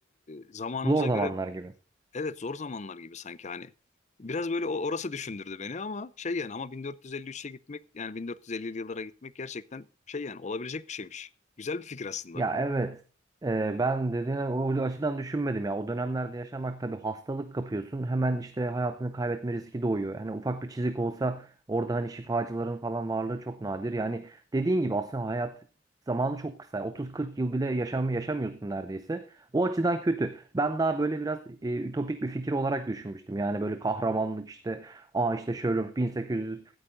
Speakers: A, on the left; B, on the right.
A: e, zamanımıza
B: Zor zamanlar
A: göre
B: gibi.
A: evet zor zamanlar gibi sanki hani. Biraz böyle o- orası düşündürdü beni ama şey yani ama 1453'e gitmek yani 1450'li yıllara gitmek gerçekten şey yani olabilecek bir şeymiş. Güzel bir fikir aslında.
B: Ya evet. Ee, ben dediğine o açıdan düşünmedim ya. O dönemlerde yaşamak tabii hastalık kapıyorsun. Hemen işte hayatını kaybetme riski doğuyor. Hani ufak bir çizik olsa orada hani şifacıların falan varlığı çok nadir. Yani dediğin gibi aslında hayat zamanı çok kısa. 30-40 yıl bile yaşam yaşamıyorsun neredeyse. O açıdan kötü. Ben daha böyle biraz e, ütopik bir fikir olarak düşünmüştüm. Yani böyle kahramanlık işte aa işte şöyle 1800